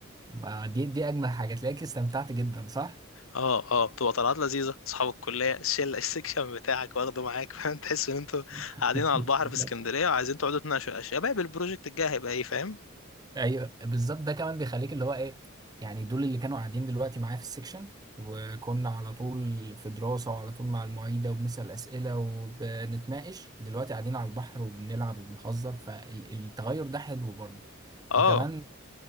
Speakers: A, on the right; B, on the left.
A: ما دي دي اجمل حاجه تلاقيك استمتعت جدا صح
B: اه اه بتبقى طلعات لذيذة أصحاب الكلية الشلة السكشن بتاعك واخده معاك فاهم تحس إن أنتوا
A: <laughs>
B: قاعدين على البحر في اسكندرية وعايزين تقعدوا تناقشوا يا شباب البروجكت الجاي هيبقى إيه فاهم
A: ايوه بالظبط ده كمان بيخليك اللي هو ايه يعني دول اللي كانوا قاعدين دلوقتي معايا في السكشن وكنا على طول في دراسة وعلى طول مع المعيدة وبنسأل أسئلة وبنتناقش دلوقتي قاعدين على البحر وبنلعب وبنهزر فالتغير ده حلو برضه
B: اه
A: وكمان